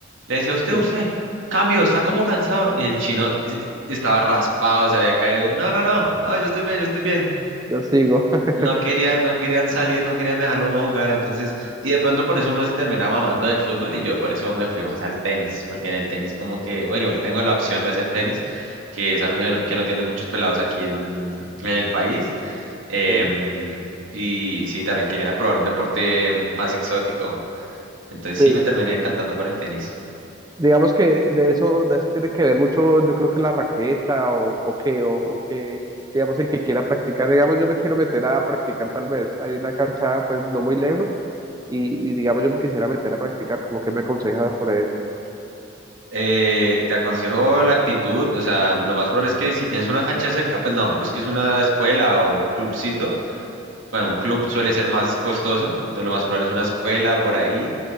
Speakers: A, on the right; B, on the right.
A: le decía, usted,
B: Sí,
A: usted, cambio, está como cansado, ¿no?". Y el chino eh, estaba raspado, se había caído. No, no, no, no, yo estoy bien, yo estoy bien
B: yo sigo. <laughs>
A: no querían, no querían salir, no querían dejarlo a uno jugar, entonces, y de pronto por eso uno se terminaba mamando del fútbol y yo por eso me fui más al tenis, porque en el tenis como que, bueno, igual tengo la opción de hacer tenis, que es algo que no, que no tienen muchos pelados aquí en, en el país. em,
B: Sí,
A: y sí, también quería probar un deporte más exótico, entonces
B: sí.
A: sí me terminé decantando por el tenis.
B: Digamos que de eso, de eso tiene que ver mucho, yo creo que la raqueta o, o que, o, o que, digamos, el que quiera practicar, digamos, yo me quiero meter a practicar tal vez, hay una cancha pues no muy lejos y, y, digamos, yo me quisiera meter a practicar, como que me aconsejas sobre eso,
A: Eh, te aconsejo la actitud, o sea, lo más probable es que si tienes una cancha cerca, pues no, busques una escuela o un clubcito Bueno, un club suele ser más costoso, entonces lo más probable es una escuela por ahí